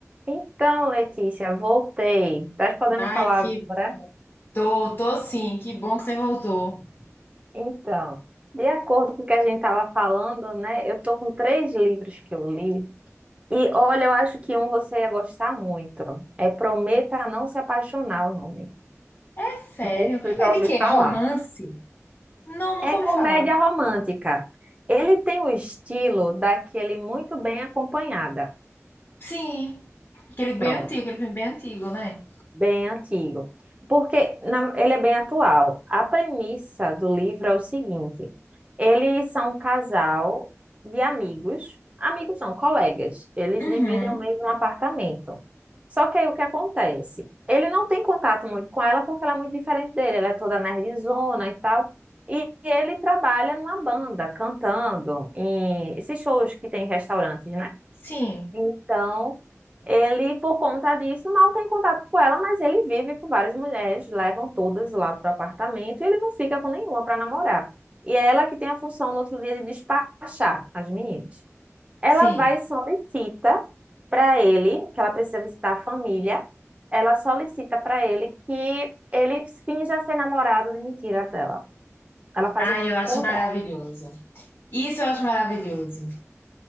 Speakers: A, on the right; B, on the left.
A: Então, Letícia, voltei. Tá podendo
B: Ai,
A: falar
B: que
A: agora?
B: tô, tô sim, que bom que você voltou.
A: Então, de acordo com o que a gente estava falando, né? Eu tô com três livros que eu li. E olha, eu acho que um você ia gostar muito. É Prometa Não Se Apaixonar, o nome.
B: É sério?
A: Não sei se você já
B: É de
A: ouviu
B: quê?
A: falar.
B: É romance? Não, nunca
A: É
B: ouvi
A: comédia
B: falar.
A: romântica. Ele tem o estilo daquele muito bem acompanhada.
B: Sim, aquele bem
A: Pronto.
B: antigo, aquele filme bem antigo, né?
A: Bem antigo. Porque na- ele é bem atual. A premissa do livro é o seguinte: eles são um casal de amigos, amigos não, colegas. Eles
B: Uhum.
A: dividem o mesmo apartamento. Só que aí o que acontece? Ele não tem contato muito com ela porque ela é muito diferente dele. Ela é toda nerdzona e tal. E ele trabalha numa banda, cantando em esses shows que tem em restaurantes, né?
B: Sim,
A: Então, ele, por conta disso, mal tem contato com ela, mas ele vive com várias mulheres, levam todas lá para o apartamento e ele não fica com nenhuma para namorar. E é ela que tem a função no outro dia de despachar as meninas. Ela
B: sim.
A: vai e solicita para ele, que ela precisa visitar a família, ela solicita para ele que ele finja ser namorado de mentira dela. Ela faz
B: Ai,
A: um
B: eu acho
A: contrato.
B: maravilhoso. Isso eu acho maravilhoso.